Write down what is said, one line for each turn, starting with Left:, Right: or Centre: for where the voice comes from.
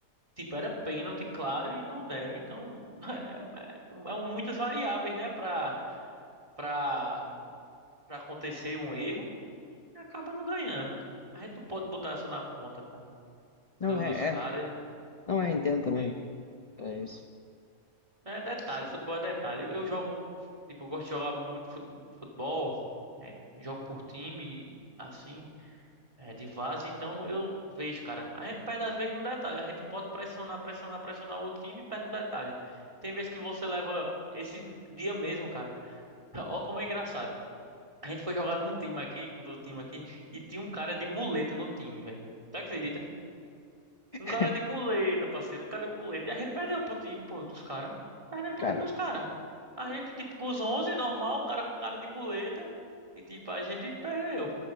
Right: Tipo, era pênalti, claro, e não deram. Então, <laughs> é, é- é um, muitas variáveis, né, pra, pra, pra acontecer um erro. E acaba não ganhando. A gente não pode botar isso na conta, cara, do-
Left: Não, é,
Right: dos caras.
Left: é. Não é, entendo também.
Right: E-
Left: É isso.
Right: É detalhe,
Left: Sim.
Right: futebol é detalhe. Eu, eu jogo, tipo, eu gosto de jogar muito fut- futebol, né, jogo por time, assim. É de vaza, então eu vejo, cara. A gente perde às vezes no detalhe. A gente pode pressionar, pressionar, pressionar o outro time e perde no detalhe. Tem vezes que você leva esse dia mesmo, cara. <laughs> Olha como é engraçado. A gente foi jogar num time aqui, com outro time aqui, e tinha um cara de muleta no time, velho. Tu acredita?
Left: <laughs>
Right: Um cara de muleta, parceiro. Um cara de muleta. E a gente perdeu pro time, pô, dos caras. Perdemos pro
Left: Cara,
Right: time dos caras. A gente, tipo, com os 11 normal, o cara com cara de muleta. E, tipo, a gente perdeu.